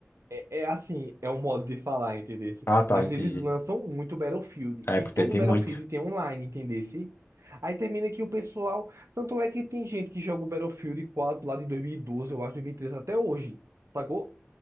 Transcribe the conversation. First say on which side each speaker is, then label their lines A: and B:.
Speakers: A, on the right; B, on the left.
A: É, é assim, é um modo de falar, entendesse?
B: Ah, tá,
A: Mas
B: entendi.
A: eles lançam muito Battlefield.
B: É,
A: E
B: porque
A: todo
B: tem, tem
A: Battlefield
B: muito.
A: tem online, entendesse? Aí termina que o pessoal. Tanto é que tem gente que joga o Battlefield 4 lá de 2012, eu acho, 2013 até hoje, sacou?